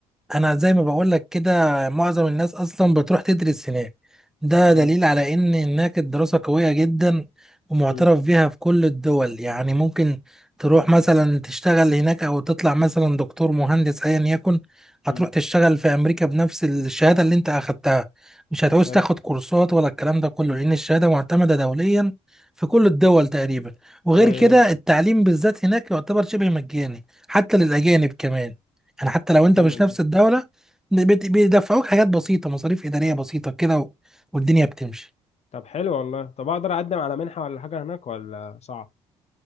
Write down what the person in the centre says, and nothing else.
انا زي ما بقول لك كده معظم الناس اصلا بتروح تدرس هناك ده
دليل على ان هناك الدراسة قوية جدا ومعترف
بيها في كل الدول يعني ممكن تروح مثلا تشتغل هناك او تطلع مثلا دكتور مهندس ايا يكن هتروح
تشتغل في امريكا بنفس الشهادة اللي انت اخدتها مش هتعوز
تاخد كورسات ولا الكلام ده كله لان الشهادة معتمدة دوليا في كل الدول تقريبا وغير
كده التعليم بالذات هناك يعتبر شبه مجاني حتى للاجانب كمان يعني حتى لو انت
مش نفس
الدولة بت- بيدفعوك حاجات بسيطة مصاريف إدارية بسيطة كده و- والدنيا بتمشي